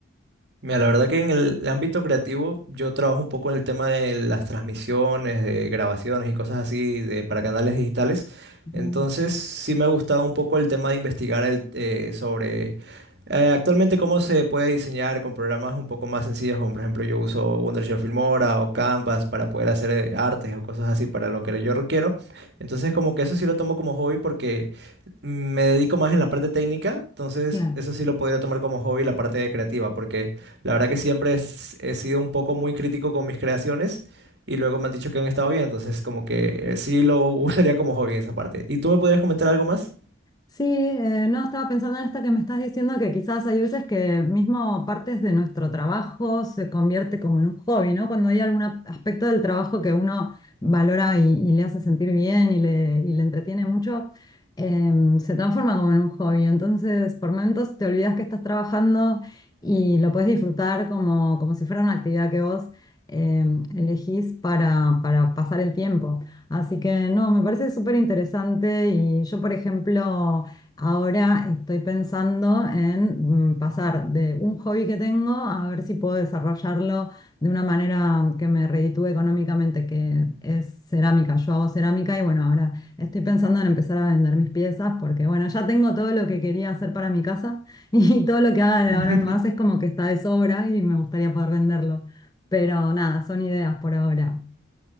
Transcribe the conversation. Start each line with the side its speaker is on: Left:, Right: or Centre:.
Right: Mira, la verdad que en el, ámbito creativo yo trabajo un poco en el tema de las transmisiones, de grabaciones y cosas así de, para canales digitales.
Left: Mm,
Right: Entonces, sí me ha gustado un poco el tema de investigar el, eh, sobre Eh, actualmente, ¿cómo se puede diseñar con programas un poco más sencillos, como por ejemplo yo uso Wondershare Filmora o Canvas para poder hacer eh, artes o cosas así para lo que yo requiero? Entonces, como que eso sí lo tomo como hobby porque mm, me dedico más en la parte técnica, entonces
Left: Claro.
Right: eso sí lo podría tomar como hobby la parte creativa, porque la verdad que siempre es- he sido un poco muy crítico con mis creaciones y luego me han dicho que han estado bien, entonces como que eh, sí lo <laughs> usaría como hobby en esa parte. ¿Y tú me podrías comentar algo más?
Left: Sí, eh, no, estaba pensando en esto que me estás diciendo, que quizás hay veces que mismo partes de nuestro trabajo se convierte como en un hobby, ¿no? Cuando hay algún ap- aspecto del trabajo que uno valora y, y le hace sentir bien y le, y le entretiene mucho, em, se transforma como en un hobby. Entonces, por momentos te olvidas que estás trabajando y lo puedes disfrutar como, como si fuera una actividad que vos em, elegís para, para pasar el tiempo. Así que no, me parece súper interesante y yo, por ejemplo, ahora estoy pensando en mm, pasar de un hobby que tengo a ver si puedo desarrollarlo de una manera que me reditúe económicamente, que es cerámica. Yo hago cerámica y bueno, ahora estoy pensando en empezar a vender mis piezas porque bueno, ya tengo todo lo que quería hacer para mi casa <laughs> y todo lo que haga de
Right: <laughs>
Left: ahora en más es como que está de sobra y me gustaría poder venderlo. Pero nada, son ideas por ahora.